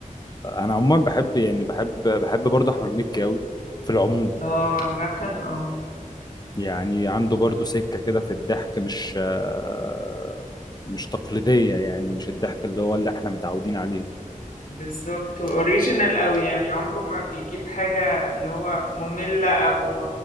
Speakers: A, on the left; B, on the left.
A: أنا عموما بحب يعني بحب بحب برضه أحمد مكي أوي في العموم
B: <laughs> اه عامة اه
A: يعني عنده برضو سكة كده في الضحك مش آه، مش تقليدية يعني مش الضحك اللي هو اللي احنا متعودين عليه
B: بالظبط اوريجينال قوي يعني عمره ما بيجيب حاجة اللي هو مملة او